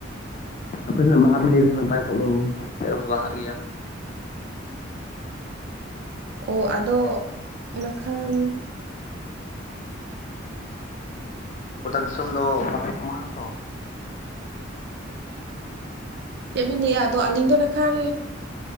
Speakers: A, on the left (about 40°); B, on the right (about 60°).
A: <inaudible> ᱵᱟᱦᱟ ᱵᱤᱞᱤ ᱞᱟᱹᱭ <inaudible> ᱵᱟᱦᱟᱜ ᱜᱮᱭᱟ᱾
B: ᱚ ᱟᱫᱚ ᱤᱱᱟᱹᱠᱷᱟᱱ
A: ᱜᱚᱴᱟ ᱫᱤᱥᱚᱢ ᱫᱚ ᱵᱟᱝ ᱢᱟ ᱛᱚ
B: ᱪᱮᱫ ᱵᱤᱱ ᱞᱟᱹᱭᱮᱜ-ᱟ ᱟᱫᱚ ᱟᱞᱤᱧ ᱫᱚ ᱱᱟᱹᱠᱷᱟᱱ